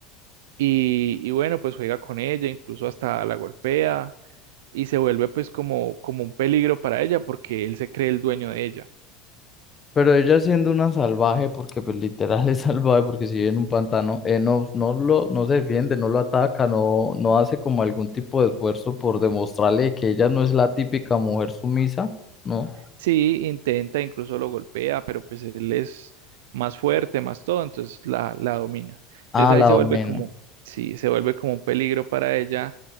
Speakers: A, on the right; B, on the left.
A: y, y bueno, pues juega con ella, incluso hasta la golpea, y se vuelve pues como, como un peligro para ella, porque él se cree el dueño de ella.
B: Pero ella siendo una salvaje, porque pues literal <laughs> es salvaje, porque si vive en un pantano, eh, no, no lo, no se defiende, no lo ataca, no, no hace como algún tipo de esfuerzo por demostrarle que ella no es la típica mujer sumisa, ¿no?
A: Sí, intenta, incluso lo golpea, pero pues él es más fuerte, más todo, entonces la, la domina.
B: Ah,
A: Entonces
B: la
A: ahí se
B: domina.
A: vuelve como, sí, se vuelve como un peligro para ella.